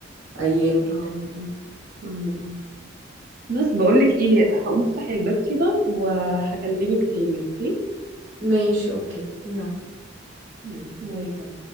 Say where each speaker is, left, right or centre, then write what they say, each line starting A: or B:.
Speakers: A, on the right; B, on the right.
A: ايامه
B: اه فهمت. م- م. بس بقولك ايه هقوم افتح الباب كده وهكلمك تاني اوكي
A: ماشي اوكي يعني
B: يلا باي باي